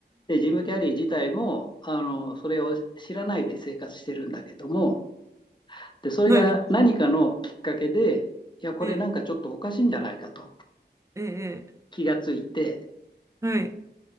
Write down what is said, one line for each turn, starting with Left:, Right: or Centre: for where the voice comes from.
Left: で、ジム・キャリー自体も、あの、それを知らないで生活してるんだけども、で、それが何かのきっかけで、
Right: はい。
Left: いや、これなんかちょっとおかしいんじゃないかと
Right: ええええ、え
Left: 気がついて、
Right: えはい。